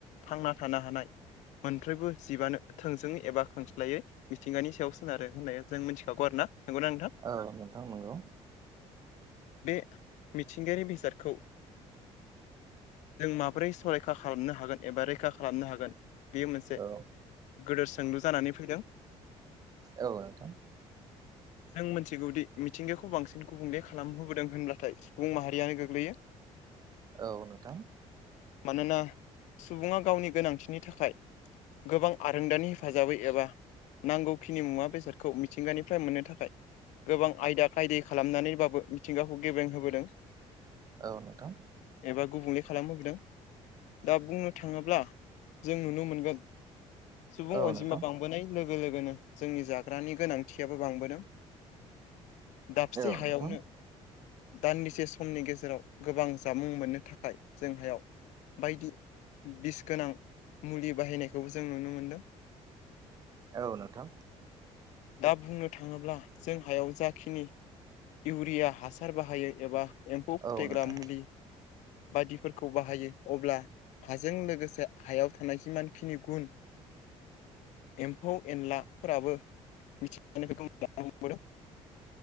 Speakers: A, on the left; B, on the right.
A: थांना थानो हानाय मोनफ्रोयबो जिबानो थोंजोङै एबा खोंस्लायै मिथिंगानि सायाव सोनारो होननाय जों मिथिखागौ आरो ना नंगौना नोंथां?
B: औ नोंथां नंगौ।
A: बे मिथिंगायारि बेसादखौ जों माबोरै संरैखा खालामनो हागोन एबा रैखा खालामनो हागोन बेयो मोनसे
B: औ
A: गोदोर सोंलु जानानै फैदों।
B: औ नोंथां।
A: जों मिन्थिगौदि मिथिंगाखौ बांसिन गुबुंले खालामहोबोदों होनब्लाथाय सुबुं माहारियानो गोग्लैयो।
B: औ नोंथां।
A: मानोना सुबुङा गावनि गोनांथिनि थाखाय गोबां आरोंदानि हेफाजाबै एबा नांगौखिनि मुवा बेसादखौ मिथिंगानिफ्राय मोननो थाखाय गोबां आयदा खायदै खालामनानैबाबो मिथिंगाखौ गेब्रें होबोदों।
B: औ नोंथां।
A: एबा गुबुंले खालामहबोदों दा बुंनो थाङोब्ला जों नुनो मोनगोन सुबुं
B: औ
A: अनजिमा
B: नोंथां
A: बां बोनाय लोगो लोगोनो जोंनि जाग्रानि गोनांथियाबो बांबोदों। दाबसे
B: औ
A: हायावनो
B: नोंथां
A: दान्दिसे समनि गेजेराव गोबां जामुं मोननो थाखाय जों हायाव बायदि बिस गोनां मुलि बाहायनायखौबो जों नुनो मोन्दों।
B: औ नोंथां
A: दा बुंनो थाङोब्ला जों हायाव जाखिनि इउरिया हासार बाहायो एबा एम्फौ
B: औ
A: फोथैग्रा
B: नोंथां
A: मुलि बायदिफोरखौ बाहायो अब्ला हाजों लोगोसे हायाव थानाय जिमानखिनि गुन एम्फौ एनलाफोराबो मिथिंगानिफ्राय <unintelligible>